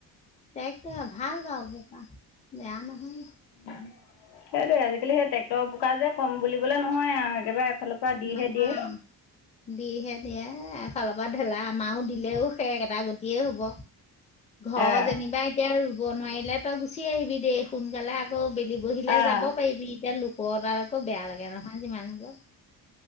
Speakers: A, on the left (about 15°); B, on the left (about 80°).
A: ট্ৰেক্টৰে আও ভাল দ' পথাৰ বেয়া নহয়।
B: সেইটোৱে আজিকালি সেই ট্ৰেক্টৰ বোকা যে কম বুলিবলে নহয় আও একেবাৰে এফালৰ পৰা দিহে
A: নহয়,
B: দিয়ে।
A: যিহে দিয়ে। চালৰ পৰা ঢেলা আমাৰও দিলেও শেষ এটা গতিয়েই হব। ঘৰ
B: অ'
A: যেনিবা এতিয়া ৰুব নোৱাৰিলে তই গুচি আহিবি দেই সোনকালে আকৌ। খ বহিলে
B: অ'
A: যাব পাৰিবি এতিয়া লোকৰ তাত আকৌ বেয়া লাগে নহয় যিমান হ'লেও।